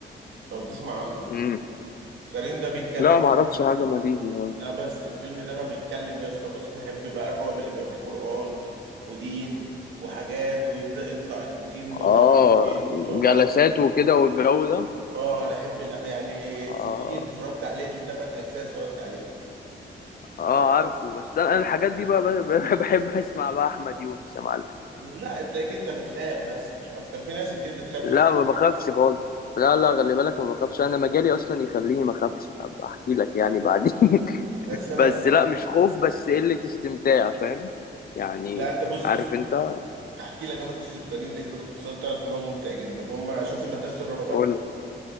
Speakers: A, on the right; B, on the left.
A: لو تسمع عنه
B: امم
A: قرين ده بيتكلم
B: لا ما اعرفش حاجه ماليزي يعني.
A: لا بس الفيلم ده بقى بيتكلم إيه يا اسطى بص انا احب بقى الرعب اللي بيبقى فيه قرآن ودين وحاجات ويبدأ يطلع الجن وشياطين
B: اه
A: وطلاسم
B: جلسات وكده والجو ده
A: اه انا احب الأف- يعني
B: اه
A: سجين اتفرجت عليه الثمان اجزاء اتفرجت عليه
B: اه عارفه بس انا أنا الحاجات دي بقى ب- ب- <laughs> بحب اسمع بقى احمد يونس يا معلم
A: لا تلاقيك انت بتخاف بس مش اكتر في ناس كتير بتخاف من
B: لا
A: الحاجات
B: ما بخافش
A: دي
B: خالص لا لا خلي بالك ما بخافش انا مجالي اصلا يخليني ما اخافش هبقى احكي لك يعني بعدين
A: بس
B: <laughs> بس
A: انا لا
B: لا مش خوف بس قلة استمتاع فاهم يعني
A: لا، انت بص
B: عارف
A: بص
B: انت
A: احكي لك انا قصه كريم ده كده باختصار تعرف ان هو ممتع جدا هم شفت مدرسه الراهبات
B: قول